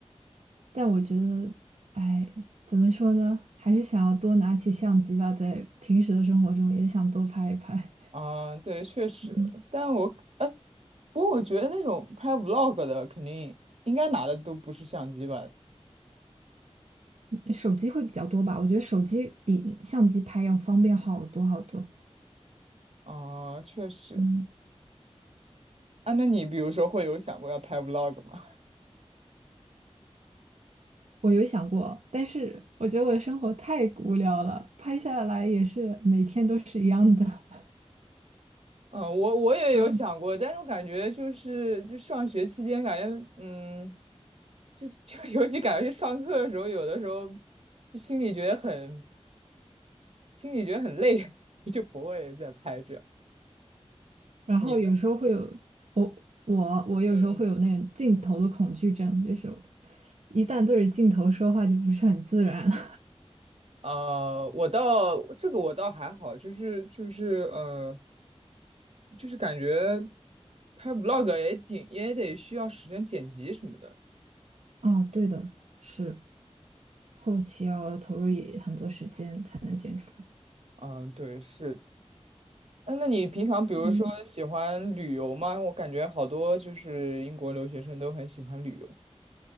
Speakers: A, on the right; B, on the right.
A: 但我觉得，哎，怎么说呢？还是想要多拿起相机吧，在平时的生活中也想多拍一拍。
B: 啊。对，确实，
A: 嗯，
B: 但我哎，不过我觉得那种拍 vlog 的，肯定应该拿的都不是相机吧？
A: 手机会比较多吧？我觉得手机比相机拍要方便好多好多。
B: 啊，确实。
A: 嗯，
B: 啊，那你比如说会有想过要拍 vlog 吗？<laughs>
A: 我有想过，但是我觉得我的生活太无聊了，拍下来也是每天都是一样的。<laughs>
B: 啊，呃我我也有想过，
A: 嗯，
B: 但是我感觉就是就上学期间，感觉嗯，就就 <laughs> 尤其感觉去上课的时候，有的时候就心里觉得很心里觉得很累，<laughs> 就不会再拍这样。
A: 然后有时候会有我我我有时候会有那种镜头的恐惧症，
B: 你呢？嗯嗯。
A: 就是我一旦对着镜头说话就不是很自然了。
B: 呃，我倒这个我倒还好，就是就是呃，就是感觉拍 vlog 也挺也得需要时间剪辑什么的。
A: 啊，对的，是后期要投入也很多时间才能剪出来。
B: 嗯，对，是的。哎，那你平常比如说喜欢旅游吗？
A: 嗯，
B: 我感觉好多就是英国留学生都很喜欢旅游。